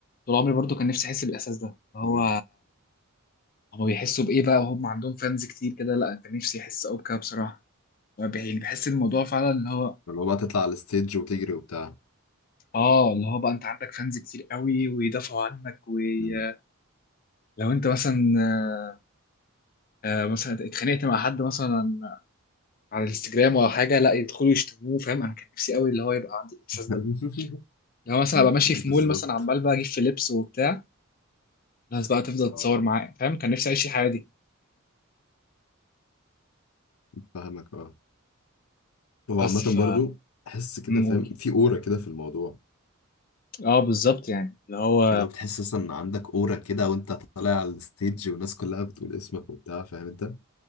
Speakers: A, on the left; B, on the left.
A: طول عمري برضو كان نفسي احس بالاحساس ده اللي
B: مم.
A: هو هما بيحسوا بايه بقى وهم عندهم فانز كتير كده لا كان نفسي احس قوي بكده بصراحه يعني بحس الموضوع فعلا اللي هو
B: اللي هو بقى تطلع على الستيج وتجري وبتاع
A: اه اللي هو بقى انت عندك فانز كتير قوي ويدافعوا عنك ولو
B: مم.
A: انت مثلا آه، آه، مثلا اتخانقت مع حد مثلا على الانستجرام ولا حاجه لا يدخلوا يشتموه فاهم انا كان نفسي قوي اللي هو يبقى عندي الاحساس
B: <laughs>
A: ده لو مثلا ابقى ماشي
B: بالظبط
A: في مول مثلا عمال بقى اجيب في لبس وبتاع الناس بقى تفضل تتصور
B: اه
A: معايا فاهم كان نفسي اعيش الحياه دي
B: فاهمك اه هو
A: بس
B: عامة
A: ف
B: برضو احس كده
A: نقول
B: فاهم في اورا كده في الموضوع
A: اه بالظبط يعني اللي هو
B: اللي هو بتحس اصلا ان عندك اورا كده وانت طالع على الستيج والناس كلها بتقول اسمك وبتاع فاهم انت